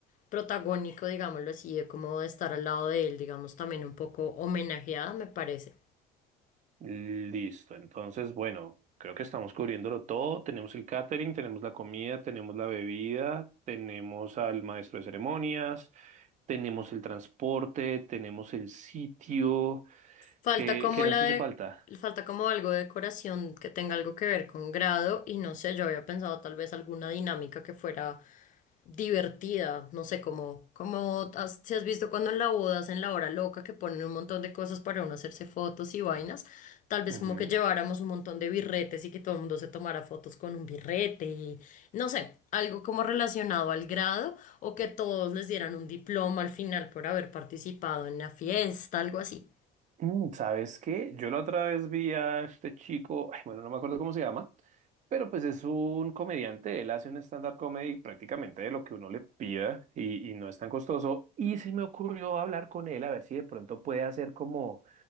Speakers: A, on the left (about 45°); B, on the right (about 40°).
A: protagónico, digámoslo así, de como de estar al lado de él, digamos también un poco homenajeada, me parece.
B: Listo, entonces, bueno, creo que estamos cubriéndolo todo. Tenemos el catering, tenemos la comida, tenemos la bebida, tenemos al maestro de ceremonias, tenemos el transporte, tenemos el sitio.
A: Falta
B: ¿Qué,
A: como
B: qué nos
A: la
B: hace
A: de,
B: falta?
A: falta como algo de decoración que tenga algo que ver con grado y no sé, yo había pensado tal vez alguna dinámica que fuera divertida, no sé, como, como has- si has visto cuando en la boda hacen la hora loca que ponen un montón de cosas para uno hacerse fotos y vainas, tal vez
B: Ujú.
A: como que lleváramos un montón de birretes y que todo el mundo se tomara fotos con un birrete y no sé, algo como relacionado al grado o que todos les dieran un diploma al final por haber participado en la fiesta, algo así.
B: Mm, ¿Sabes qué? Yo la otra vez vi a este chico, ay, bueno, no me acuerdo cómo se llama, pero pues es un comediante, él hace un stand-up comedy prácticamente de lo que uno le pida y, y no es tan costoso. Y se me ocurrió hablar con él a ver si de pronto puede hacer como,